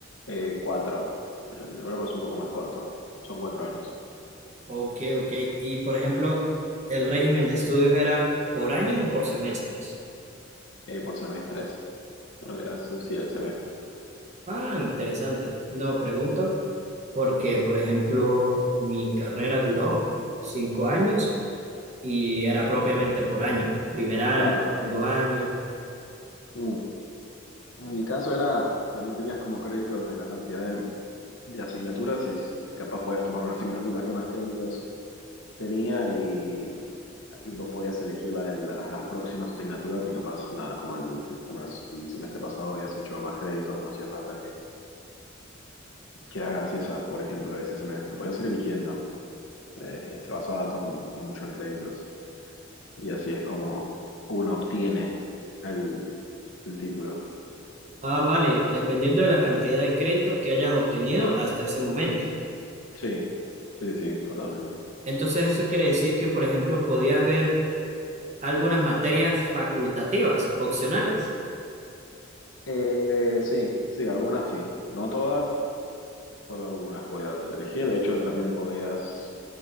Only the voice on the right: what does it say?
Ok, ok. Y, por ejemplo, ¿el régimen de estudios era por años o por semestres?
Ah, interesante. No, pregunto porque, por ejemplo, mi carrera duró cinco años y era propiamente por año, primer año,
segundo año.
Ah, vale, dependiendo de la cantidad de créditos que hayas obtenido hasta ese momento.
Entonces, eso quiere decir que, por ejemplo, podías ver algunas materias facultativas, opcionales.